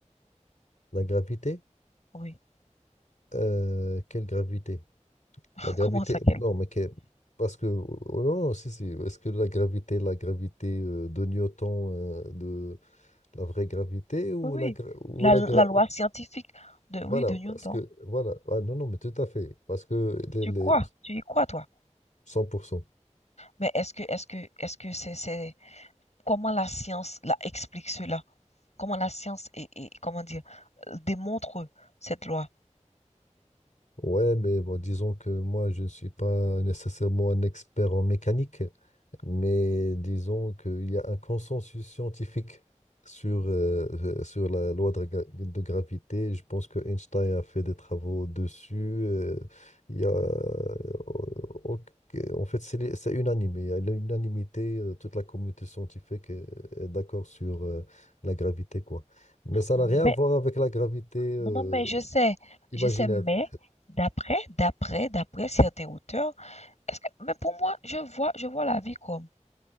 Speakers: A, on the left; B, on the left.
A: La gravité,
B: Oui.
A: euh, quelle gravité?
B: <laughs>
A: La gravité,
B: Comment ça, quelle?
A: non, mais que- parce que, oh non, non, si, si, est-ce que la gravité, la gravité euh, de Newton, euh, de la vraie gravité ou
B: Oui, oui.
A: la, gra- ou
B: La,
A: la,
B: la
A: gra-
B: loi scientifique de,
A: Voilà,
B: oui, de Newton.
A: parce que, voilà, ah, non, non, mais tout à fait, parce que les,
B: Tu
A: les
B: crois, tu y crois, toi.
A: cent. pour cent.
B: Mais est-ce que, est-ce que, est-ce que c'est, c'est, comment la science la explique cela? comment la science est, est- comment dire, euh, démontre cette loi.
A: Ouais, mais bon, disons que moi, je ne suis pas nécessairement un expert en mécanique, mais disons qu'il y a un consensus scientifique sur, euh, <laughs> euh, sur la loi de, gra- de gravité. Je pense que Einstein a fait des travaux dessus. euh, il y a, euh, ok, en fait, c'est les- c'est unanime. Il y a l'unanimité, euh, toute la communauté scientifique est, est d'accord sur euh, la gravité, quoi. Mais ça
B: Mais,
A: n'a rien à voir avec la gravité euh,
B: non, non, mais je sais,
A: imaginaire.
B: je sais, mais d'après, d'après, d'après certains auteurs, est-ce que, mais pour moi, je vois, je vois la vie comme,